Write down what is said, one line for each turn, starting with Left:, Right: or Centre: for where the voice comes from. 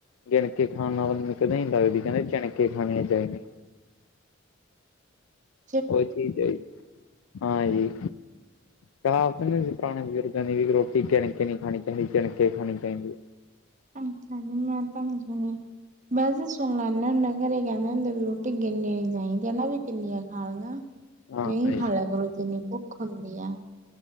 Left: ਗਿਨ ਕੇ ਖਾਨ ਨਾਲ ਬੰਦੇ ਨੂੰ ਕਦੀ ਨੀ ਲੱਗਦੀ ਕੈਂਦੇ ਜਿਣਕੇ ਖਾਣਿਆਂ ਚਾਇਦਿਆ
Right: <inaudible>
Left: ਓ ਠੀਕ ਹੈ ਜੀ, ਹਾਂ ਜੀ ਕਹਾਵਤ ਨੀ ਪੁਰਾਨੇ ਬਜ਼ੁਰਗਾਂ ਦੀ ਵੀ ਰੋਟੀ ਗਿਣ ਕੇ ਨਈ ਖਾਣੀ ਚਾਹੀਦੀ ਕਿਣ ਕੇ ਖਾਣੀ ਚਾਹੀਦੀ ਏ।
Right: ਅੱਛਾ ਜੀ, ਮੈਂ ਤਾਂ ਨਈ ਸੁਨੀ, ਵੈਸੇ ਸੁਨ ਲੈਨੇ ਨ ਨ ਘਰੇ ਕੈਂਦੇ ਹੁੰਦੇ ਵੀ ਰੋਟੀ ਗਿੰਨੀ ਨੀ ਚਾਇਦੀ ਹੇਨਾ ਵੀ ਕਿੰਨੀਆਂ ਖਾਨ ਲਗਾਂ।
Left: ਹੈ। ਹਾਂ
Right: ਨਈ
Left: ਭਾਈ।
Right: ਖਾਲਿਆ ਕਰੋ ਜਿਨੀ ਭੁੱਖ ਹੁੰਦੀ ਐ